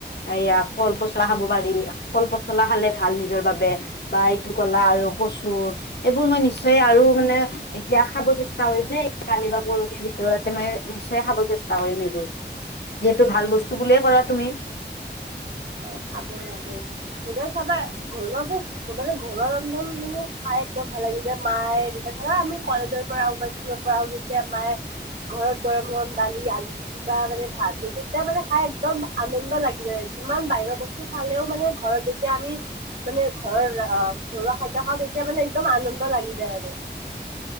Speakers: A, on the left (about 65°); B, on the right (about 70°).
A: এইয়া কল-পচলা খাব পাৰি কল-পচলা খালে ভাল নি- নিজৰ বাবে বা এইটো কলা আৰু কচো এইবোৰ মই নিশ্চয় আৰু মানে এতিয়া খাব চেষ্টা কৰিম দেই কালি বা পৰহি ভিতৰতে মই নিশ্চয় খাব। চেষ্টা কৰিম এইবোৰ যিহেতু ভাল বস্তু বুলিয়ে কৰা তুমি।
B: অ খাব লাগে এতিয়া চাবা ঘৰুৱা বস্ত- ব বালে ঘৰুৱা ৰন্ধন মানে খাই একদম ভাল লাগে যেতিয়া মায়ে যেতিয়া ধৰা আমি কলেজৰ পৰা আহো বা স্কুলত পৰা আহো যেতিয়া মায়ে ঘৰত গৰম গৰম দালি আলু পিটিকা মানে ভাত যে তেতিয়া মানে খাই একদম আনন্দ লাগি যায় যিমান বাহিৰৰ বস্তু খালেও মানে ঘৰত যেতিয়া আমি মানে ঘৰৰ ঘৰুৱা খাদ্য খাওঁ তেতিয়া মানে একদম আনন্দ লাগি যায় আৰু।